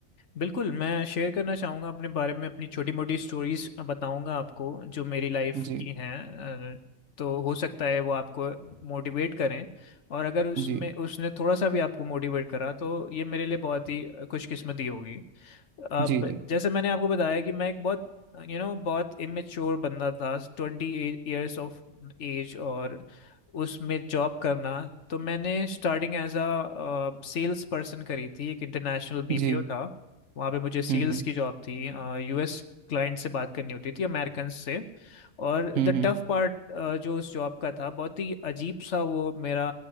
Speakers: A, on the left (about 65°); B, on the right (about 85°).
A: बिल्कुल मैं शेयर करना चाहूँगा अपने बारे में अपनी छोटी मोटी स्टोरीज बताऊँगा आपको जो मेरी लाइफ
B: जी
A: की हैं अ, तो हो सकता है वो आपको मोटिवेट करें और अगर उसमें
B: जी
A: उसने थोड़ा सा भी आपको मोटिवेट करा तो ये मेरे लिए बहुत ही खुशकिस्मती होगी अब
B: जी जी
A: जैसे मैंने आपको बताया कि मैं एक बहुत यू नो बहुत इमेच्योर बंदा था ट्वेंटी इयर्स ऑफ एज और उसमें जॉब करना तो मैंने स्टार्टिंग एज अ सेल्स पर्सन करी थी एक इंटरनेशनल बीपीओ
B: जी
A: था वहाँ पे मुझे सेल्स
B: हम्म हम्म
A: की जॉब थी यूएस क्लाइंट से बात करनी होती थी अमेरिकन से और
B: हम्म
A: द
B: हम्म,
A: टफ पार्ट जो उस जॉब का था बहुत ही अजीब सा वो मेरा